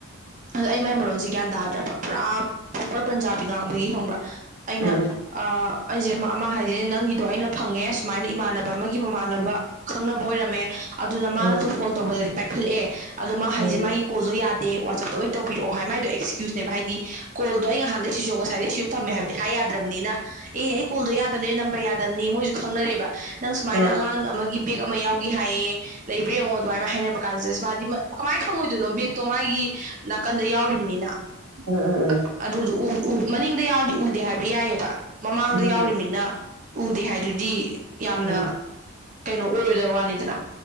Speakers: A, on the right (about 35°); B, on the right (about 85°).
A: ꯑꯗꯣ ꯑꯩ ꯃꯥꯏ ꯃꯔꯣꯟꯁꯦ ꯒ꯭ꯌꯥꯟ ꯇꯥꯗ꯭ꯔꯕ ꯄꯨꯔꯥ ꯄ꯭ꯔꯣꯄꯔ ꯄꯟꯖꯥꯕꯤ ꯉꯥꯡꯕꯒꯤ ꯈꯪꯕ꯭ꯔꯥ ꯑꯩꯅ
B: ꯎꯝ
A: ꯑ ꯑꯩꯁꯦ ꯑꯃ ꯍꯥꯏꯖꯦ ꯅꯪꯒꯤꯗꯣ ꯑꯩꯅ ꯐꯪꯉꯦ ꯁꯨꯃꯥꯏꯅ ꯏꯃꯥꯟꯅꯕ ꯑꯃꯒꯤ ꯃꯃꯥꯟꯅꯕ ꯈꯪꯅꯕ ꯑꯣꯏꯔꯝꯃꯦ ꯑꯗꯨꯅ ꯃꯥꯅ
B: ꯎꯝ
A: ꯇꯨ
B: ꯎꯝ
A: ꯐꯣꯜ ꯇꯧꯕꯗꯗꯤ ꯄꯥꯏꯈꯠꯂꯛꯑꯦ ꯑꯗꯣ ꯃꯥ ꯍꯥꯏꯁꯦ
B: ꯎꯝ
A: ꯃꯥꯒꯤ ꯀꯣꯜꯗꯣ ꯌꯥꯗꯦ ꯋꯥꯆꯞꯇ ꯂꯣꯏꯅ ꯇꯧꯕꯤꯔꯛꯑꯣ ꯍꯥꯏ ꯃꯥꯏꯗꯣ ꯑꯦꯛꯁꯀ꯭ꯌꯨꯁꯅꯦꯕ ꯍꯥꯏꯗꯤ ꯀꯣꯜꯗꯣ ꯑꯩ ꯅꯍꯥꯟꯗ ꯁꯤꯁꯨ ꯉꯁꯥꯏꯁꯨ ꯊꯝꯃꯦ ꯍꯥꯏꯕꯗꯤ ꯍꯥꯏ ꯌꯥꯗ꯭ꯔꯕꯅꯤꯅ ꯑꯦ ꯑꯩ ꯀꯣꯜꯗꯣ ꯌꯥꯗꯕꯅꯤ ꯅꯝꯕꯔ ꯌꯥꯗꯕꯅꯤ ꯃꯣꯏꯁꯨ ꯈꯪꯅꯔꯦꯕ ꯅꯪ ꯁꯨꯃꯥꯏꯅ
B: ꯑꯥ
A: ꯑꯉꯥꯡ ꯑꯃꯒꯤ ꯕꯦꯛꯒ ꯑꯃ ꯌꯥꯎꯒꯦ ꯍꯥꯏꯌꯦ ꯂꯩꯕ꯭ꯔꯥ ꯌꯦꯡꯉꯣ ꯑꯗꯨꯃꯥꯏꯅ ꯍꯥꯏꯅꯕ ꯀꯥꯟꯁꯤꯗꯁ ꯃꯥꯗꯤ ꯀꯃꯥꯏꯅ ꯈꯪꯉꯣꯏꯗꯣꯏꯅꯣ ꯕꯦꯒꯛꯇꯣ ꯃꯥꯒꯤ ꯅꯥꯀꯟꯗ ꯌꯥꯎꯝꯅꯤꯅ
B: ꯎꯝ ꯎꯝ ꯎꯝ
A: ꯑꯗꯨꯗ ꯃꯅꯤꯡꯗ ꯌꯥꯎꯔꯗꯤ ꯎꯗꯦ ꯍꯥꯏꯕ ꯌꯥꯏꯑꯕ ꯃꯃꯥꯡꯗ
B: ꯎꯝ
A: ꯌꯥꯎꯔꯤꯃꯤꯅ ꯎꯗꯦ ꯍꯥꯏꯗꯨꯗꯤ ꯌꯥꯝꯅ
B: ꯎꯝ ꯎꯝ
A: ꯀꯩꯅꯣ ꯑꯣꯏꯔꯣꯏꯗꯕ ꯋꯥꯅꯤꯗꯅ